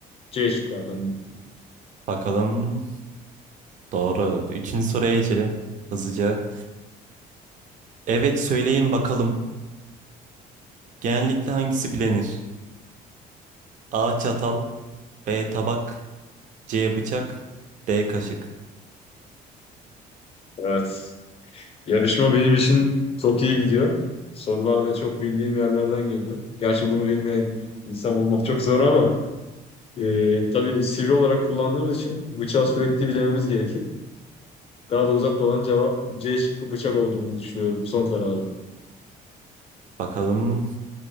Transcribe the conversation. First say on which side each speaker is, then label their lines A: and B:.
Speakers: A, on the left; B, on the right.
A: C şıkkı efendim.
B: Bakalım doğru. Üçüncü soruya geçelim hızlıca. Evet söyleyin bakalım. Genellikle hangisi bilinir? A. Çatal B. Tabak C. Bıçak D. Kaşık
A: Evet. Yarışma benim için çok iyi gidiyor. Sorular da çok bildiğim yerlerden geliyor. Gerçi bunu bilmeyen insan bulmak çok zor ama e, tabii sivri olarak kullandığımız için bıçağı sürekli bilememiz gerekir. Daha da uzatmadan cevap C şıkkı bıçak olduğunu düşünüyorum. Son kararım.
B: Bakalım